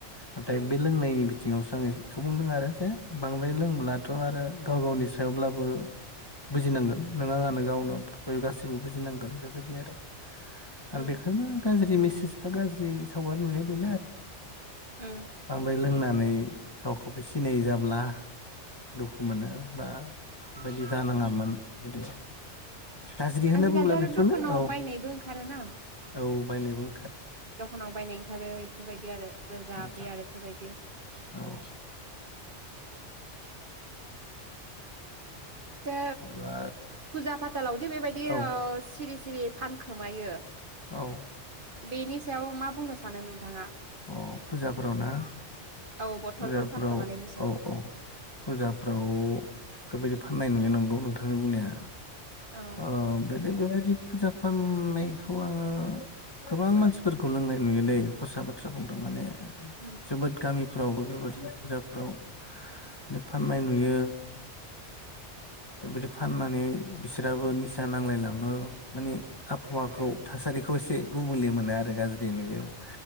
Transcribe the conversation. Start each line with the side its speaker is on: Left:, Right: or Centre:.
Left: नाथाय
Right: उम
Left: बे लोंनायनि बिथिङावसो आङो बेखौ बुंदों आरो जे बांद्राय लोंब्लाथआरो गाव गावनि सायावब्लाबो बुजिनांगोन नों आंनो गावनो बयबो गासिबो बुजिनांगोन बेबायदि आरो आरो
Right: उम
Left: बेखायनो गाज्रि मेसेज बा गाज्रि सावगारि नुनाया बेनोआरो
Right: उम
Left: बांद्राय लोंनानै रावखौबो सिनायि जाब्ला दुखु मोनो बा बेबायदि जानाङामोन बेदि गाज्रि होनना
Right: आजिखालिथ'
Left: बुंब्ला
Right: आरो
Left: बेफोरनो
Right: दखानाव
Left: औ
Right: बायनायबो ओंखारोना
Left: औ बायनाय बुं
Right: दखानाव बायनाय ओंखारो बेफोरबायदि आरो गोजा
Left: नोंथां
Right: बे आरो बेफोरबायदि
Left: औ
Right: दा
Left: अब्ला
Right: फुजा फाथालावदि बेबायदि
Left: औ
Right: ओ सिरि सिरि फानखोमायो
Left: औ
Right: बेनि सायाव मा बुंनो सानो नोंथाङा?
Left: अ फुजाफोराव ना?
Right: औ बथलफोर
Left: फुजाफ्राव
Right: फानखोमानायनि सायाव
Left: औ औ फुजाफ्राव बेबायदि फाननाय नुयो नंगौ नोंथां बुंनाया
Right: औ
Left: ओ बे बेबायदि फुजा फाननायखौ आङो गोबां मानसिफोरखौ लोंनाय नुयोदै खसा बा बाथ्रा बुंदों माने
Right: उम
Left: जोबोद गामिफ्रावबो बेबायदिनो फुजाफ्राव माने फाननाय नुयो। बेबायदि फाननानै बिसोराबो निसा नांलायलाङो माने आबहावाखौ थासारि खौ एसे गुबुंलि मोनो आरो गाज्रि नुयो ।